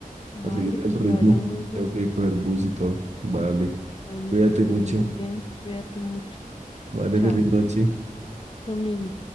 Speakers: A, on the left (about 35°); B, on the right (about 50°).
A: Vale,
B: a seguir
A: que
B: el ritmo.
A: te vaya muy bien.
B: Tengo que coger bus y todo. Vale,
A: Bueno,
B: cuídate
A: que estés
B: mucho.
A: muy bien. Cuídate mucho.
B: Vale,
A: Chao.
B: feliz noche.
A: Lo mismo.